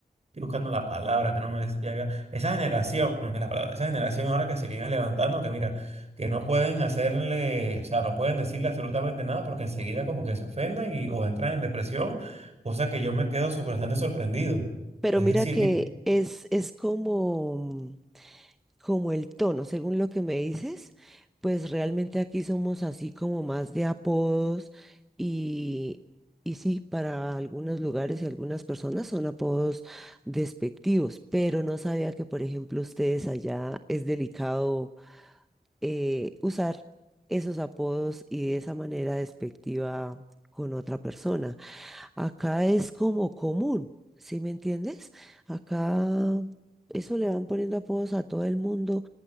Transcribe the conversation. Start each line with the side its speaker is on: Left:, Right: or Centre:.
Right: Estoy buscando la palabra que no me llega. Esa generación, es la palabra, esa generación ahora que se viene levantando, que mira, que no pueden hacerle, o sea, no pueden decirle absolutamente nada porque enseguida como que se ofenden y, o entran en depresión, cosa que yo me quedo su- bastante sorprendido.
Centre: Pero
Right: Es
Centre: mira
Right: decir,
Centre: que es, es como, como el tono, según lo que me dices, pues realmente aquí somos así como más de apodos y, y sí, para algunos lugares y algunas personas son apodos despectivos, pero no sabía que, por ejemplo, ustedes allá es delicado eh, usar esos apodos y de esa manera despectiva con otra persona. Acá es como común, ¿sí me entiendes? Acá eso le van poniendo apodos a todo el mundo